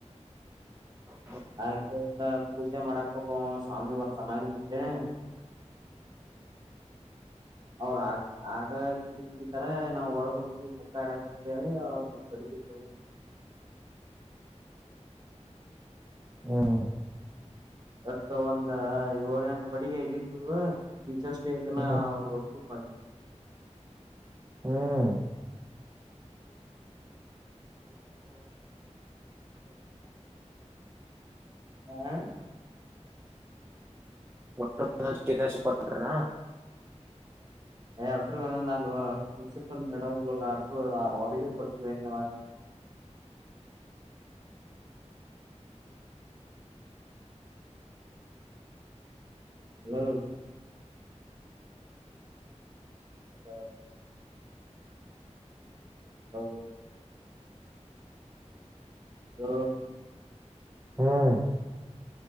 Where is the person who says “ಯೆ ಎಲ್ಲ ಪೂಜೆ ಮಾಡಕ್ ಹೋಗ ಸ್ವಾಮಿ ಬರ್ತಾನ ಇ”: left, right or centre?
Right